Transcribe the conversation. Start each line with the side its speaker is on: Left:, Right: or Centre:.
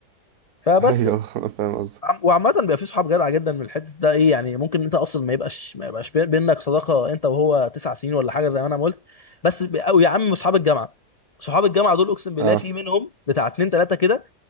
Left: فبس
Right: ايوه <laughs> انا فاهم قصدك
Left: عم- وعامة بيبقى في صحاب جدع جدا من الحتة ده ايه يعني ممكن انت اصلا ما يبقاش ما يبقاش بي- بينك صداقة انت وهو تسع سنين ولا حاجة زي ما انا ما قلت بس بي- او يا عم صحاب الجامعة صحاب الجامعة دول اقسم بالله
Right: اه
Left: في منهم بتاع اتنين تلاتة كده